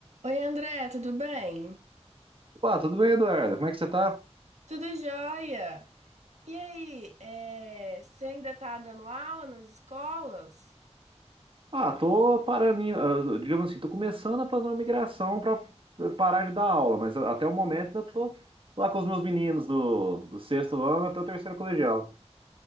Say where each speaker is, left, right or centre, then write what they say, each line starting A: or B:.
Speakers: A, on the right; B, on the right.
A: Oi, André, tudo bem?
B: Pá, tudo bem, Eduardo? Como é que você tá?
A: Tudo jóia? E aí, é, você ainda tá dando aula nas escolas?
B: Ah, tô parando, em- ah, digamos assim, tô começando a fazer uma migração para parar de dar aula, mas a- até o momento ainda tô lá com os meus meninos do, do sexto ano até o terceiro colegial.